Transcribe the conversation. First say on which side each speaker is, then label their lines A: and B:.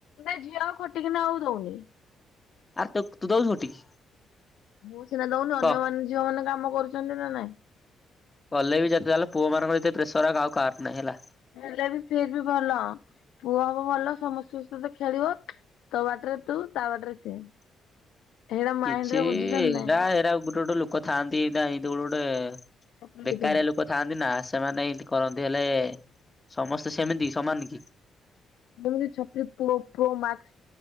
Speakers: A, on the left (about 85°); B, on the left (about 20°).
A: ନାଇଁ ଝିଅ ଆଉ ଖଟିକିନା ଆଉ ଦୋଉନି।
B: ଆଉ ତ ତୁ <unintelligible>
A: ମୁଁ ସିନା ଦୋଉନି ଅନ୍ୟ
B: କହ
A: ମାନେ ଝିଅ ମାନେ କାମ କରୁଚନ୍ତି ନା ନାଇଁ।
B: କଲେ ବି ଯତେ ଯାହାଲେ ପୁଅ ମାନଙ୍କର ଯେତେ ପ୍ରେସର ଆଉ କାହା କାହାର ନାହିଁ ହେଲା।
A: ହେଲେ ବି ଫିର୍ ବି ଭଲ। ପୁଅ ହବ ଭଲ ସମସ୍ତଙ୍କ ସହିତ ଖେଳିବ ତୋ ବାଟରେ ତୁ ତା ବାଟରେ ସିଏ।
B: <inaudible>
A: ହେଇଟା ମାଇଣ୍ଡ
B: କିଛି
A: ରେ ବୁଝୁଛନ୍ତି
B: ଏରା
A: ନାଇଁ
B: ହେରା ଗୁଟେ ଗୋଟେ ଲୋକୋ ଥାଆନ୍ତି ଏଡ଼ା ଏନ୍ତି ଗୋଟେ ଗୋଟେ
A: ଛୋଟ ଲୋକରା।
B: ବେକାରିଆ ଲୋ କୋ ଥାନ୍ତି ନା ସେମାନେ ଇନ୍ତି କରନ୍ତି ହେଲେ ସମସ୍ତେ ସେମିତି ସମାନ କି?
A: ଯେମିତି ଛପ୍ରୀ ପ୍ରୋ ପ୍ରୋ ମାକ୍ସ